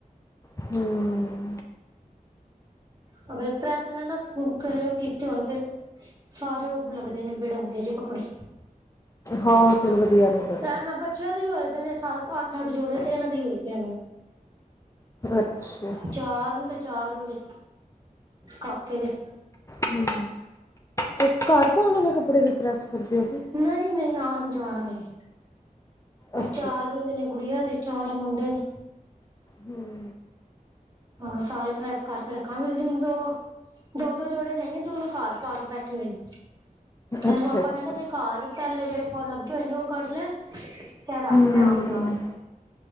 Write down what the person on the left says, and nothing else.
ਹਮ
ਹਾਂ ਫਿਰ ਵਧੀਆ ਨਹੀਂ
ਵਧ
ਅੱਛਾ
ਹਮ ਤੇ ਘਰ ਪਾਉਣ ਵਾਲੇ ਕੱਪੜੇ ਵੀ ਪ੍ਰੈਸ ਕਰਦੇ ਹੋ
ਅੱਛਾ
ਹਮ
ਅੱਛਾ ਅੱਛਾ
ਅੱਛਾ
ਹੂੰ